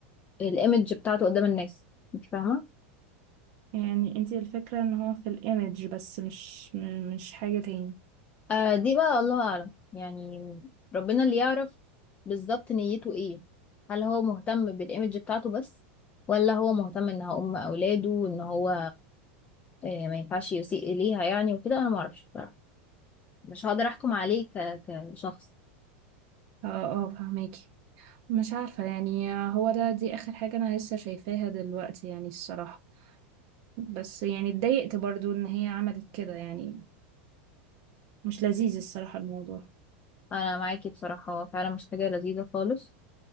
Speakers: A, on the left; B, on the right.
A: الايمج بتاعته قدام الناس انت فاهمه
B: يعني انتي الفكرة ان هو في الايمج بس مش م- مش حاجة تاني
A: آه دي بقى الله اعلم يعني ربنا اللي يعرف بالظبط نيته ايه هل هو مهتم بالايمج بتاعته بس ولا هو مهتم ان هو ام اولاده وان هو آه ما ينفعش يسيء اليها يعني وكده انا ما اعرفش بصراحه مش هقدر احكم عليه ك... كشخص
B: اه اه فهماكي مش عارفة يعني هو ده دي اخر حاجة انا لسه شايفاها دلوقتي يعني الصراحة بس يعني اتضايقت برضو ان هي عملت كده يعني مش لذيذ الصراحة الموضوع
A: انا معاكي بصراحه هو فعلا مش حاجه لذيذه خالص